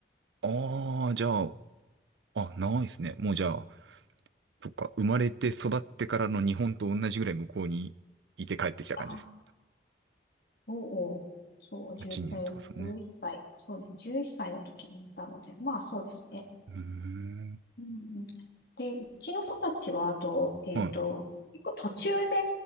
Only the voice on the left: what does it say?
あ、おうおう、そう、
1えー1歳、そうです。11歳の時に行ったので、まあそうですね。
うんうんで、うちの子たちは、あと、えっと、
結構途中で、